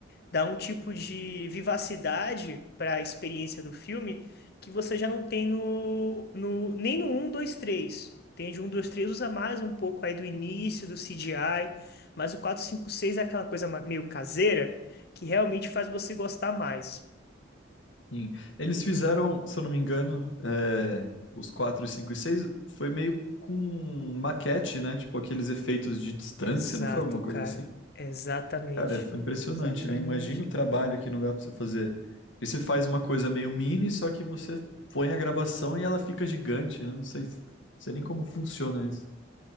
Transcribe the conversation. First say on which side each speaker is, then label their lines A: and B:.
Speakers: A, on the left; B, on the left.
A: dá um tipo de vivacidade para a experiência do filme que você já não tem no, no nem no 1, 2, 3. Entende? um 2 3 usa mais um pouco aí do início, do CGI, mas o 4 5 6 é aquela coisa ma- meio caseira que realmente faz você gostar mais.
B: Sim. Eles fizeram, se eu não me engano, é, os 4, 5 e 6, foi meio com maquete, né? Tipo, aqueles efeitos de distância,
A: Exato,
B: não foi alguma
A: cara.
B: coisa assim?
A: Exatamente.
B: Cara, foi impressionante,
A: Exatamente.
B: né? Imagina o trabalho que não dá pra você fazer. Porque você faz uma coisa meio mini, só que você põe a gravação e ela fica gigante. Eu não sei, se- sei nem como funciona isso.